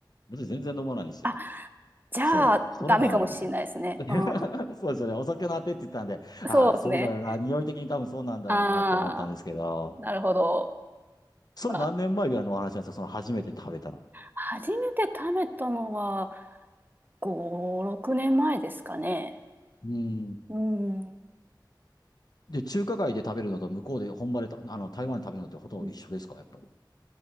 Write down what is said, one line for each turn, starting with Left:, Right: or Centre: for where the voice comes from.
Left: 私全然飲まないんですよ。
Right: あじゃあ、
Left: そう。それもあるんですよ。
Right: ダメかもしれないですね。
Left: <laughs>
Right: うん。
Left: そうですよね。お酒のあてって言ったんで、
Right: そうですね。
Left: ああ、そうだよな。匂い的に多分そうなんだろうなって思ったんですけど、
Right: ああ、なるほど。
Left: それ何年前ぐらいのお話なんですかその初めて食べたの。
Right: まあ、初めて食べたのは、5、6年前ですかね。
Left: うん。
Right: うん。う
Left: で、中華街で食べるのと向こうで本場でた、あの、台湾で食べるのってほとんど一緒ですかやっぱり。
Right: ん